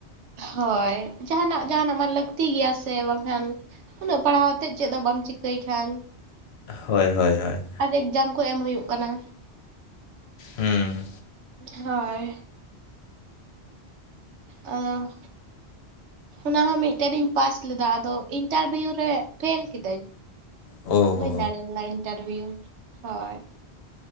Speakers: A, on the right; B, on the left.
A: ᱦᱳᱭ ᱡᱟᱦᱟᱱᱟᱜ ᱡᱟᱦᱟᱱᱟᱜ ᱢᱟ ᱞᱟᱹᱠᱛᱤ ᱜᱮᱭᱟ ᱥᱮ ᱵᱟᱝᱠᱷᱟᱱ ᱩᱱᱟᱹᱜ ᱯᱟᱲᱦᱟᱹᱣ ᱟᱛᱮᱫ ᱪᱮᱫ ᱦᱚᱸ ᱵᱟᱢ ᱪᱤᱠᱟᱹᱭ ᱠᱷᱟᱱ
B: ᱦᱳᱭ ᱦᱳᱭ ᱦᱳᱭ᱾
A: ᱟᱨ ᱮᱠᱡᱟᱢ ᱠᱚ ᱮᱢ ᱦᱩᱭᱩᱜ ᱠᱟᱱᱟ᱾
B: ᱦᱩᱸ᱾
A: ᱦᱳᱭ᱾ ᱚ ᱚᱱᱟ ᱦᱚᱸ ᱢᱤᱜᱴᱮᱱ ᱨᱤᱧ ᱯᱟᱥ ᱞᱮᱫᱟ ᱟᱫᱚ ᱤᱱᱴᱟᱨᱵᱷᱤᱭᱩ ᱨᱮ ᱯᱷᱮᱞ ᱠᱤᱫᱟᱹᱧ᱾
B: ᱳ
A: ᱵᱟᱹᱧ
B: ᱦᱳ
A: ᱫᱟᱲᱮ ᱞᱮᱱᱟ ᱤᱱᱴᱟᱨᱵᱤᱭᱩ ᱦᱳᱭ᱾